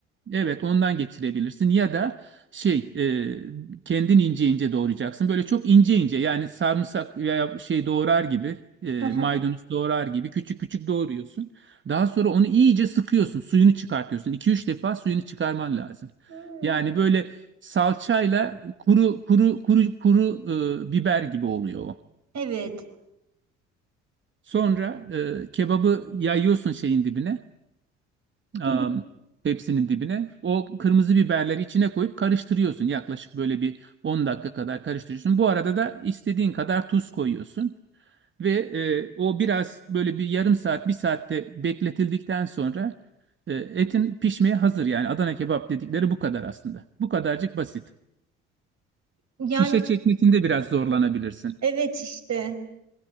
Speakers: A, on the right; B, on the right.
A: Evet ondan geçirebilirsin ya da şey e, kendin ince ince doğrayacaksın. Böyle çok ince ince yani sarımsak veya şey doğrar gibi e,
B: Hı hı.
A: maydanoz doğrar gibi küçük küçük doğruyorsun. Daha sonra onu iyice sıkıyorsun suyunu çıkartıyorsun. 2 üç defa suyunu çıkarman lazım.
B: Hmm,
A: Yani böyle salçayla kuru kuru kuru kuru e, biber gibi oluyor o.
B: evet.
A: Sonra e, kebabı yayıyorsun şeyin dibine. am,
B: Hı hı.
A: tepsinin dibine. O kırmızı biberleri içine koyup karıştırıyorsun. Yaklaşık böyle bir 10 dakika kadar karıştırıyorsun. Bu arada da istediğin kadar tuz koyuyorsun. Ve e, o biraz böyle bir yarım saat, bir saatte bekletildikten sonra e, etin pişmeye hazır. Yani Adana kebap dedikleri bu kadar aslında. Bu kadarcık basit.
B: Yani
A: Şişe çekmesinde biraz zorlanabilirsin.
B: evet işte.